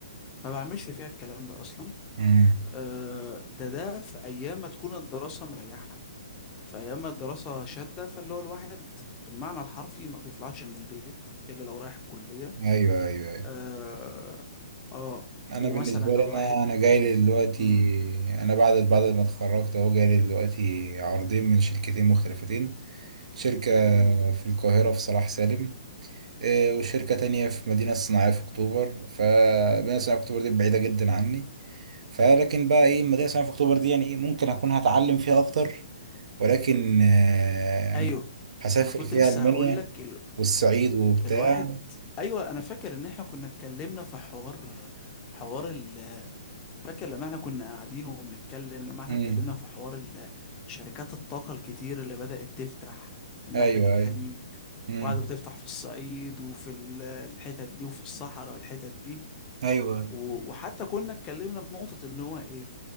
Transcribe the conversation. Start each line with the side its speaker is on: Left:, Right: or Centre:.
Left: ما بعملش فيها الكلام ده أصلا
Right: امم
Left: آه، ده ده في أيام ما تكون الدراسة مريحة في أيام ما الدراسة شادة فاللي هو الواحد بالمعنى الحرفي ما بيطلعش من البيت إلا لو رايح الكلية
Right: ايوه ايوه ايوه
Left: آه, آه
Right: انا
Left: ومثلا
Right: بالنسبة
Left: لو
Right: لي
Left: الواحد
Right: انا انا جاي لي دلوقتي
Left: مم،
Right: انا بعد بعد ما اتخرجت اهو جاي لي دلوقتي عرضين من شركتين مختلفتين شركة
Left: مم.
Right: في القاهرة في صلاح سالم إيه، وشركة تانية في مدينة صناعية في أكتوبر فمدينة صناعية في أكتوبر دي بعيدة جدا عني فلكن بقى إيه المدينة صناعية في أكتوبر دي يعني إيه ممكن أكون هتعلم فيها أكتر ولكن آه، يعني
Left: ايوه
Right: هسافر
Left: ما انا كنت
Right: فيها
Left: لسه
Right: ألمانيا
Left: هقول لك ال...
Right: والصعيد وبتاع
Left: الواحد ايوه انا فاكر ان احنا كنا اتكلمنا في حوار حوار ال... فاكر لما احنا كنا قاعدين وبنتكلم لما احنا
Right: مم.
Left: اتكلمنا في حوار ال... شركات الطاقة الكتير اللي بدأت تفتح من
Right: أيوه
Left: ناحية الخليج
Right: أيوه مم.
Left: وقاعدة بتفتح في الصعيد وفي ال- الحتت دي وفي الصحراء والحتت دي
Right: أيوه
Left: و... وحتى كنا اتكلمنا في نقطة اللي هو ايه